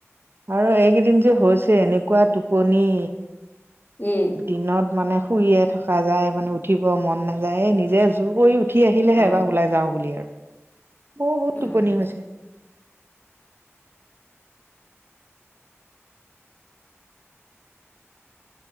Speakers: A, on the right; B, on the left.
A: আৰু এইকেইদিন যে হৈছে এনেকুৱা টোপনি
B: উম
A: দিনত মানে শুইয়ে থকা যায় মানে উঠিব মন নাযায় নিজে জোৰ কৰি উঠি সি আহিলেহে
B: অ
A: এবাৰ ওলাই যাওঁ বুলি আৰু। বহুত
B: উম
A: টোপনি হৈছে।